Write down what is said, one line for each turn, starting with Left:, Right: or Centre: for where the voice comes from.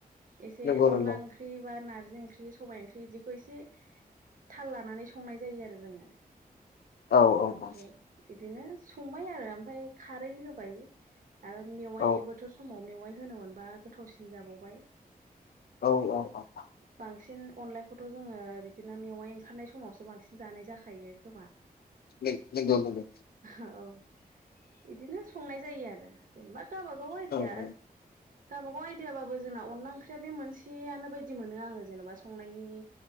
Right: एसे
Left: नंगौ नंगौ
Right: अनला ओंख्रि ओंख्रि बा नारजि ओंख्रि सबाय ओंख्रि इदिखौ इसे थाल लानानै संनाय जायो आरो जोङो।
Left: औ
Right: ओमफाय
Left: औ
Right: बिदिनो संबाय आरो ओमफ्राय खारै होबाय। आरो मेवाइ
Left: औ
Right: बोथोर समाव मेवाइ होनोम मोनबा गोथावसिन जाबावबाय
Left: औ औ औ
Right: बांसिन अनलाायखौथ' जोङो बिदिनो मेवाइ ओंखारनाय समावसो बांसिन जानाय जाखायो खोमा
Left: नंगौ नंगौ।
Right: औ बिदिनो संनाय जायो आरो जेनेबा गावबागाव आइदिया
Left: औ <inaudible>
Right: गावबाागाव आइडियाबाबो जोंना अनला ओंख्रिया बे मोनसेयानो बायदि मोनो आङो जेनेबा संनायनि